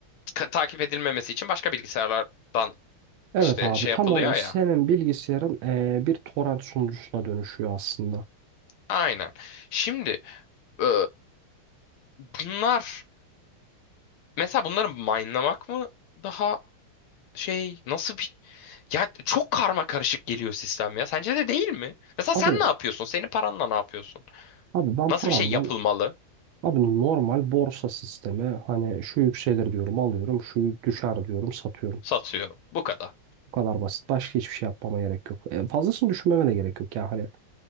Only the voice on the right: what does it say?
Evet
abi
tam
olarak
senin bilgisayarın eee, bir torrent sunucusuna dönüşüyor aslında.
Abi
Abi ben
paramdan
abi normal borsa sistemi hani şu yükselir diyorum alıyorum şu düşer diyorum satıyorum.
Bu kadar basit. Başka hiçbir şey yapmama gerek yok. E, fazlasını düşünmeme de gerek yok. Yani hani